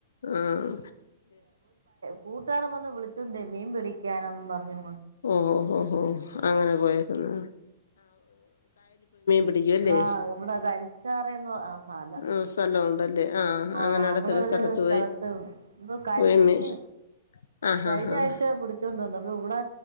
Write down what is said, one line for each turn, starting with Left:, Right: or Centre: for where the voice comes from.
Left: ആഹ്
Right: കൂട്ടുകാര വന്ന് വിളിച്ചൊണ്ടൊയ് മീൻ വേടിക്കാനാന്നു പർഞ്ഞു
Left: ഊം ഉം ഓഹ് ഹോ അങ്ങനെ പോയേക്കുന്നാ പിടിക്കും അല്ലേ
Right: കാ ഇവടെ കരിച്ചാറ്ന്ന് പറ അ മല
Left: ഉം സ്ഥലം ഉണ്ടല്ലേ
Right: ആഹ്
Left: അങ്ങനെ അടുത്തൊരു
Right: അവടെ ഒരാ സ്ഥലത്ത്
Left: പോയി
Right: ഇപ്പൊ കരിമീന്
Left: പോയി മീൻ ആഹ്
Right: കഴിഞ്ഞാഴ്ച
Left: ആഹ് ആഹ്
Right: പുടി ച്ചോണ്ട് വന്നു അപ്പൊ ഇവടെ